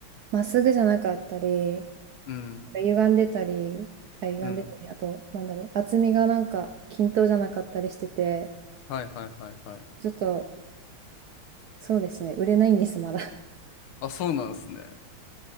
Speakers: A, on the right; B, on the left.
A: まっすぐじゃなかったり、
B: うん。
A: 歪んでたり、あ、歪んでたり、
B: うん。
A: あと、なんだろう、厚みがなんか均等じゃなかったりしてて、
B: はいはいはいはい。
A: ちょっと、そうですね、売れないんです、まだ。<laughs>
B: あ、そうなんですね。